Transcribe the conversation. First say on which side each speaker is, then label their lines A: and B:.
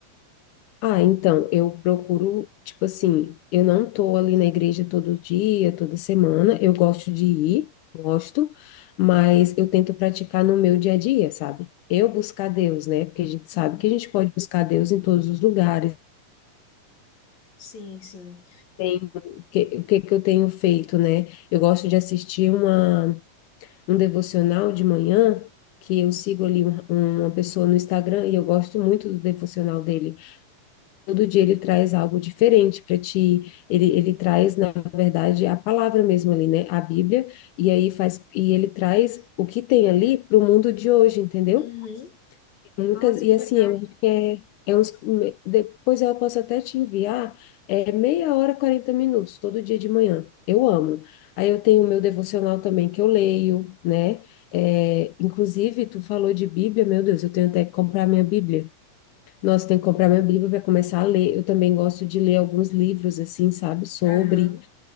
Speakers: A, on the left; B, on the left.
A: Ah, então, eu procuro, tipo assim, eu não tô ali na igreja todo dia, toda semana. Eu gosto de ir, gosto, mas eu tento praticar no meu dia a dia, sabe? eu buscar Deus, né? Porque a gente sabe
B: Uhum.
A: que a gente pode buscar Deus em todos os lugares
B: Sim, sim.
A: tenho- o que- o que que eu tenho feito, né? Eu gosto de assistir uma, um devocional de manhã, que eu sigo ali um- uma pessoa no Instagram e eu gosto muito do devocional dele. Todo dia ele traz algo diferente para ti. Ele, ele traz, na verdade, a palavra mesmo ali, né? A Bíblia, e aí faz, e ele traz o que tem ali para o mundo de hoje, entendeu?
B: Uhum.
A: Muitas,
B: Nossa,
A: e
B: que
A: assim,
B: legal.
A: eu acho que é, é uns, me- depois eu posso até te enviar, é meia hora, 40 minutos, todo dia de manhã. Eu amo. Aí eu tenho o meu devocional também que eu leio, né? É, inclusive, tu falou de Bíblia, meu Deus, eu tenho até que comprar minha Bíblia. Nossa, tenho que comprar minha Bíblia para começar a ler. Eu também gosto de ler alguns livros, assim, sabe, sobre.
B: Aham.